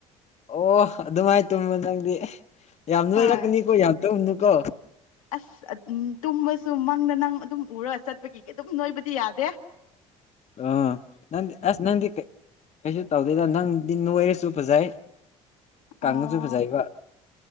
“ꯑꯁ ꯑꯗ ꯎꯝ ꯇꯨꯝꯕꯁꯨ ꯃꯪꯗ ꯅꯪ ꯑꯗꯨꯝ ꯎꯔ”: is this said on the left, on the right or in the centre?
Left